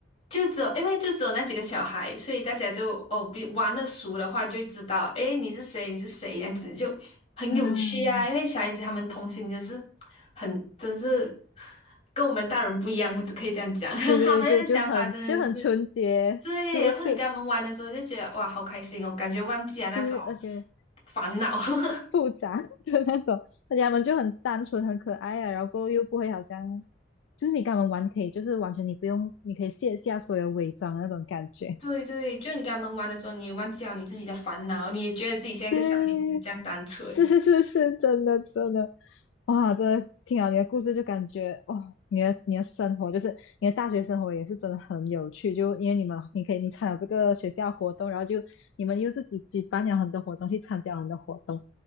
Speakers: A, on the left; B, on the left.
A: 就只有因为就只有那几个小孩，所以大家就哦，比玩的熟的话就知道，诶，你是谁，你是谁，这样子就很有趣啊。
B: 啊，
A: 因为小孩子他们童心真是很，真是跟我们大人不一样，我只可以这样讲，
B: 对对对，
A: <laughs> 他们的想法真的是
B: 就就很就很纯洁，
A: 对。
B: 是不是？
A: 然后你跟他们玩的时候就觉得哇，好开心哦，感觉忘记了那种
B: 对，而且。
A: 烦恼。<laughs>
B: 复杂的那种，<laughs> 而且他们就很单纯、很可爱啊，然后又不会好像，就是你跟他们玩可以，就是完全你不用，你可以卸下所有伪装的那种感觉。
A: 对对，就你跟他们玩的时候，你也忘记了你自己的烦恼，你也觉得自己像一个小孩子这样单纯。
B: 对，是是是是，真的真的，哇，真的听了你的故事就感觉，哦，你的你的生活就是你的大学生活也是真的很有趣，就因为你们你可以你参加这个学校活动，然后就你们又自己举办了很多活动，去参加很多活动，